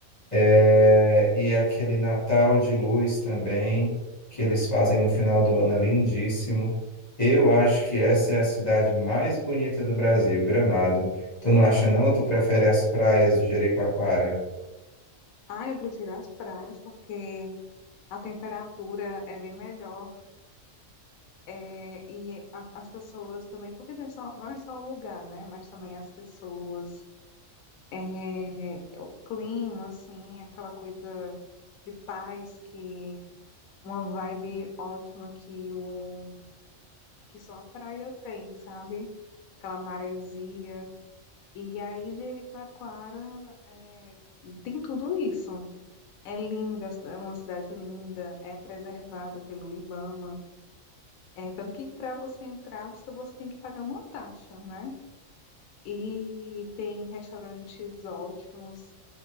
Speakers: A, on the left; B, on the left.
A: É, e aquele Natal de Luz também, que eles fazem no final do ano, é lindíssimo. Eu acho que essa é a cidade mais bonita do Brasil, Gramado. Tu não acha, não? Ou tu prefere as praias de Jericoacoara?
B: Ah, eu prefiro as praias porque a temperatura é bem melhor. É, e a- as pessoas também, porque não é só, não é só o lugar, né? Mas também as pessoas. É, o clima, assim, aquela coisa de paz que uma vibe ótima que o que só a praia tem, sabe? Aquela maresia. E aí Jericoacoara é, tem tudo isso. É linda, é uma cidade linda, é preservada pelo Ibama. É, tanto que para você entrar, você, você tem que pagar uma taxa, né? E tem restaurantes ótimos.